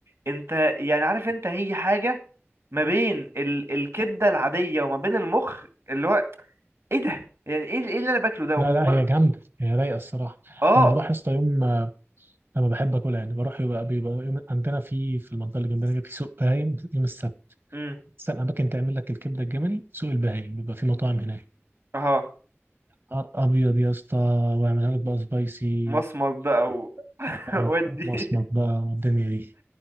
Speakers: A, on the right; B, on the right.
A: انت يعني عارف انت هي حاجة ما بين ال... الكبده العاديه وما بين المخ اللي هو ايه ده يعني ايه ايه اللي انا باكله ده
B: لا
A: وم...
B: لا هي جامده هي رايقه الصراحه
A: اه
B: انا بروح يا اسطى يوم آه، لما بحب اكلها يعني بروح يبقى بيبقى يوم عندنا في في المنطقه اللي جنبنا كده في سوق بهايم يوم السبت
A: امم
B: احسن اماكن تعمل لك الكبده الجملي سوق البهايم بيبقى في مطاعم هناك
A: اه
B: نهار ابيض يا اسطى ويعملها لك بقى سبايسي
A: مصمت بقى و... <laughs>
B: آه،
A: ودي
B: مصمت بقى والدنيا دي